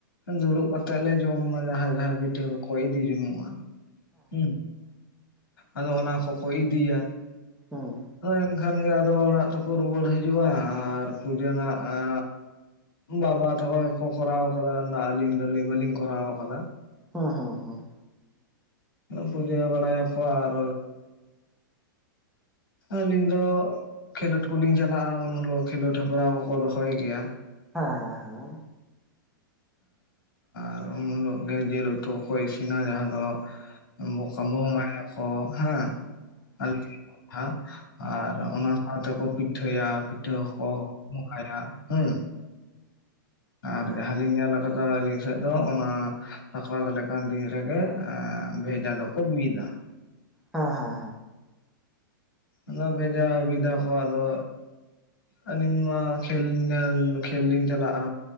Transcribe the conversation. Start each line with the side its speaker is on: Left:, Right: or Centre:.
Left: ᱫᱩᱲᱩᱵ ᱠᱟᱛᱮᱜ ᱞᱮ ᱡᱚᱢᱟ ᱡᱟᱦᱟᱸᱭ ᱡᱟᱦᱟᱸᱭ ᱯᱤᱴᱷᱟᱹ ᱠᱚᱠᱚ ᱤᱫᱤ ᱡᱩᱱᱩᱜᱼᱟ᱾ ᱦᱩᱸ ᱟᱫᱚ ᱚᱱᱟ ᱠᱚᱠᱚ ᱤᱫᱤᱭᱟ᱾
Centre: ᱦᱮᱸ,
Left: ᱦᱳᱭ ᱮᱱᱠᱷᱟᱱ ᱜᱮ ᱟᱫᱚ ᱚᱲᱟᱜ ᱛᱮᱠᱚ ᱨᱩᱣᱟᱹᱲ ᱦᱤᱡᱩᱜᱼᱟ ᱟᱨ ᱯᱩᱡᱟᱹ ᱱᱟᱜ-ᱟ ᱵᱟᱵᱟ ᱛᱟᱠᱚ ᱜᱮᱠᱚ ᱠᱚᱨᱟᱣ ᱠᱟᱫᱟ ᱱᱟᱜ ᱟᱹᱞᱤᱧ ᱫᱚᱞᱤᱧ ᱵᱟᱞᱤᱧ ᱠᱚᱨᱟᱣ ᱠᱟᱫᱟ᱾
Centre: ᱦᱮᱸ ᱦᱮᱸ ᱦᱮᱸ᱾
Left: ᱟ ᱯᱩᱡᱟᱹ ᱵᱟᱲᱟᱭᱟᱠᱚ ᱟᱨ ᱟᱹᱞᱤᱧ ᱫᱚ ᱠᱷᱮᱞᱳᱰ ᱠᱚᱞᱤᱧ ᱪᱟᱞᱟᱜᱼᱟ ᱩᱱ ᱦᱤᱞᱚᱜ ᱠᱷᱮᱞᱳᱰ ᱦᱮᱯᱨᱟᱣ ᱦᱚᱸᱠᱚ ᱫᱚᱦᱚᱭ ᱜᱮᱭᱟ᱾
Centre: ᱦᱮᱸ ᱦᱮᱸ ᱦᱮᱸ᱾
Left: ᱟᱨᱻ ᱩᱱ ᱦᱤᱞᱳᱜ ᱜᱮ ᱡᱤᱞ ᱩᱛᱩ ᱦᱚᱸᱠᱚ ᱤᱥᱤᱱᱟ ᱡᱟᱦᱟᱸ ᱫᱚ <unintelligible> ᱵᱚᱸᱜᱟᱭᱟᱠᱚ ᱦᱮᱸ ᱟᱞᱮ <inaudible> ᱟᱨ ᱚᱱᱟ ᱟᱫᱚ ᱠᱚ ᱯᱤᱴᱷᱟᱹᱭᱟ ᱯᱤᱴᱷᱟᱹ ᱠᱚᱸᱦᱚ ᱠᱚ ᱵᱚᱸᱜᱟᱭᱟ ᱦᱩᱸ᱾ ᱟᱨ ᱡᱟᱦᱟᱸᱞᱤᱧ ᱧᱮᱞ ᱠᱟᱫᱟ ᱟᱹᱞᱤᱧ ᱥᱮᱫ ᱫᱚ ᱚᱱᱟ ᱥᱟᱠᱨᱟᱛ ᱞᱮᱠᱟᱱ ᱫᱤᱱ ᱨᱮᱜᱮ ᱮᱸ ᱵᱷᱮᱡᱟ ᱫᱚᱠᱚ ᱵᱤᱫᱟ᱾
Centre: ᱦᱮᱸ ᱦᱮᱸ᱾
Left: ᱚᱱᱟ ᱵᱷᱮᱡᱟ ᱵᱤᱫᱟ ᱠᱚ ᱟᱫᱚ ᱟᱹᱞᱤᱧ ᱢᱟ ᱠᱷᱮᱞ ᱧᱮᱞ ᱠᱷᱮᱞ ᱞᱤᱧ ᱪᱟᱞᱟᱜᱼᱟ